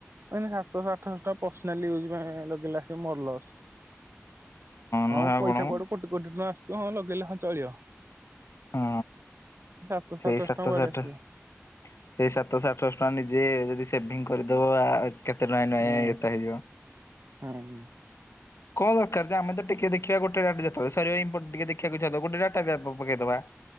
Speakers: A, on the right; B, on the left.
A: କାଇଁକି ସାତସ ଆଠସ ଟଙ୍କା ପସନାଲି ୟୁଜ ପାଇଁ ଲଗେଇଲାସୀ ମୋର ଲସ୍। <inaudible>
B: ନୁହେଁ
A: ହଁ
B: ଆଉ
A: ପଇସା
B: କଣ ମ
A: କୁଆଡୁ କଟି କଟି ନା ଆସ ତୁ ହଁ ଲଗେଇଲେ ହଁ ଚଳିବ।
B: ହଁ
A: ସାତଶହ
B: ସେଇ
A: ଆଠଶହ
B: ସାତ
A: ଟଙ୍କା କୁଆଡେ
B: ସହ ଆଠ
A: ଆସିବ
B: ସହ ସେଇ ସାତ ସହ ଆଠ ସହ ଟଙ୍କା ନି ଯେ ଯଦି ସେଭିଙ୍ଗ କରିଦେବ ଆ କେତେ ଟଙ୍କା ନହ
A: ହୁଁ
B: ଏତେ ହେଇଯିବ।
A: ହୁଁ ।
B: କଣ ଦରକାର ଯେ ଆମେ ତ ଟିକେ ଦେଖିବା ଗୋଟେ ଡାଟା ସରିବା ଟିକେ ଦେଖିବାକୁ ଇଛା ହବ ଗୋଟେଡାଟା ପକେଇଦବା।